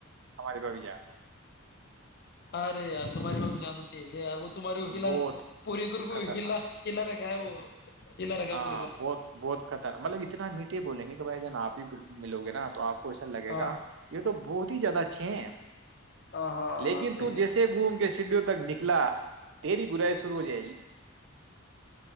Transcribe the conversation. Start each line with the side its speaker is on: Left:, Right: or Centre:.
Right: ہماری بھگی جان
Left: ارے یار تمہاریے میں بھی جانتا تز ہے ار وہ تمار شلاا
Right: بہت
Left: پوری کو کوئی
Right: خطرناک
Left: ہا
Right: ہے
Left: شل ر گا ہے وہ ہلا رکھا
Right: ہاں
Left: ہے پوری گر
Right: بہت بہت خطرنا مطلب اتنا میٹھے بولیں گے کہ بھائی جنا آپ ملو گے نا تو آپ کون
Left: کو
Right: لگے گا
Left: ہاں
Right: یہ تو بہت ہی زیادہ اچھے ہیں
Left: ہاں ہاں
Right: لیکن
Left: ہاں صحیح
Right: تو جیسے گھوم کے سیڈوں تک نکلا تیری برائی شروع ہو جائے گی